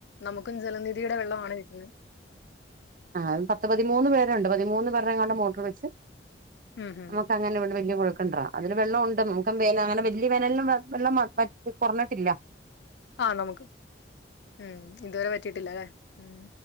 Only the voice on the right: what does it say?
ആഹ് പത്ത് പതിമൂന്ന് പേരുണ്ട് പതിമൂന്ന് പേരടെങ്ങാണ്ട് മോട്ടറ് വെച്ച്
നമുക്കങ്ങനെ ഇവിടെ വല്ല്യ കൊഴൽക്കെണറാ അതില് വെള്ളം ഉണ്ട് നമുക്കും വേന അങ്ങനെ വല്ല്യ വേനലിലും വെള്ളം മ കൊറഞ്ഞിട്ടില്ല